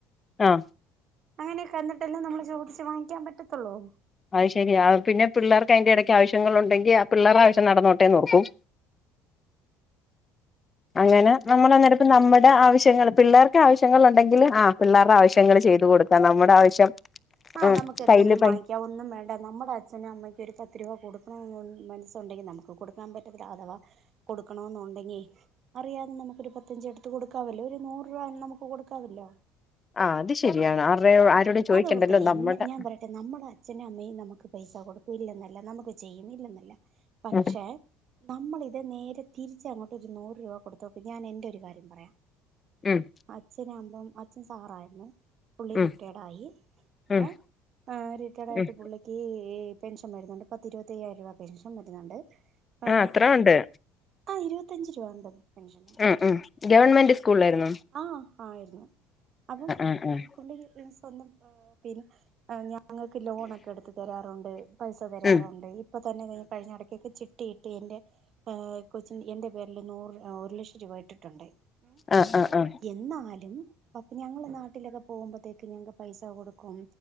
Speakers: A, on the left (about 25°); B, on the right (about 50°).
A: ആ
B: അങ്ങനൊക്കെ കഴിഞ്ഞെട്ടെല്ലാം നമ്മള് ചോദിച്ച് വാങ്ങിക്കാൻ പറ്റത്തോള്ളൂ
A: അയ്ശരിയാ അ പിന്നെ പിള്ളാർക്കയിന്റെ ഇടക്ക് ആവശ്യങ്ങള് ഒണ്ടെങ്കി ആ പിള്ളാറ ആവശ്യം നടന്നോട്ടെന്ന് ഓർക്കും അങ്ങന
B: എന്തോ
A: നമ്മളന്നരം ഇപ്പ നമ്മട ആവശ്യങ്ങൾ പിള്ളേർക്ക് ആവശ്യങ്ങളൊണ്ടെങ്കില് ആ പിള്ളാർടെ ആവശ്യങ്ങള് ചെയ്തു കൊടുക്കാം നമ്മുടെ ആവശ്യം
B: ആഹ്
A: ഉം
B: നമുക്കെന്തെലും
A: കയ്യില് പൈ
B: വാങ്ങിക്കാവോന്നും വേണ്ട നമ്മടെ അച്ഛനു അമ്മയ്ക്കൊരു പത്ത് രൂപ കൊടുക്കണോന്നു മനസ്സോണ്ടെങ്കി നമുക്ക് കൊടുക്കാം പറ്റത്തില്ല അഥവാ കൊടുക്കണോന്നോണ്ടെങ്കി അറിയാതെ നമുക്കൊരു പത്തഞ്ച്‌ എടുത്ത് കൊടുക്കാവല്ലോ ഒരു നൂറ് രൂപ നമുക്ക് കൊടുക്കാവല്ലോ
A: ആ അത് ശരിയാണ് <inaudible> ചോദിക്കണ്ടല്ലോ
B: അതോർത്ത ഈ എന്നെ
A: നമ്മുടെ
B: ഞാൻ പറയട്ടെ നമ്മുട അച്ഛനു അമ്മയും നമുക്ക് പൈസ കൊടു ഇല്ലെന്നല്ല നമുക്ക് ചെയ്യുന്നില്ലന്നല്ല പക്ഷെ
A: ഉം
B: നമ്മളിത് നേരെ തിരിച്ചങ്ങോട്ടോരു നൂറ് രൂപ കൊടുത്തോക്ക് ഞാനെന്റെ ഒരു കാര്യം പറയാം
A: ഉം
B: അച്ഛനാമ്പം അച്ഛൻ സാറായിരുന്നു പുള്ളി
A: ഉം
B: റിട്ടെഡായി
A: ഉം
B: ഏ അ റിട്ടേർഡായിട്ട്
A: ഉം
B: പുള്ളി ക്ക് ഈ പെൻഷം വരുന്നുണ്ട് പത്ത് ഇരുപത്തയ്യായിരം രൂപ പെൻഷം വരുന്നുണ്ട് ആ
A: അത്ര ഉണ്ട്
B: ആ ഇരുപത്തഞ്ച് രൂപ ഒണ്ടോ പെൻഷന്
A: ഉം ഉം ഗവൺമെന്റ് സ്കൂള് യിരുന്നു
B: ആഹ് ആയിരുന്നു അപ്പം
A: ആഹ് ആഹ്
B: പുള്ളി സ്വന്തം പേരും പിന്നെ ഞാ ഞങ്ങൾക്ക് ലോണൊക്കെ എടുത്ത് തരാറുണ്ട് പൈസ തരാറുണ്ട്
A: ഉം
B: ഇപ്പൊ തന്നെ കഴിഞ്ഞ ഇടക്കൊക്കെ ചി ട്ടി! ട്ടി. ട്ടിയെന്റെ അഹ് കൊച്ചിൻ എന്റെ പേരിൽ നൂറ് ഒരു ലക്ഷം രൂപ ഇട്ടിട്ടുണ്ട് ഉം
A: ആഹ് ആഹ് ആഹ്
B: എന്നാലും അപ്പ ഞങ്ങള് നാട്ടിലൊക്കെ പോവുമ്പത്തേക്ക് ഞങ്ങക് പൈസ കൊടുക്കും